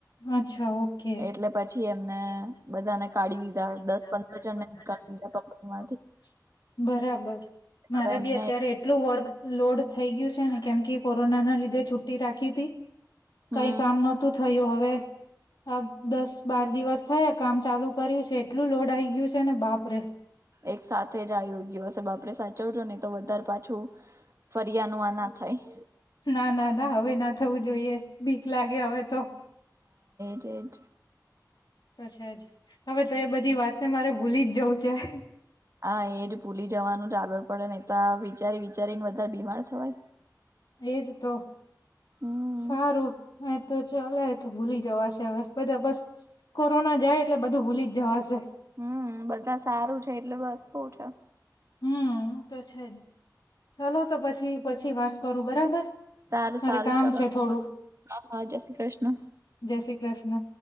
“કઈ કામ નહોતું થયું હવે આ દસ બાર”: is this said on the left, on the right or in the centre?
Left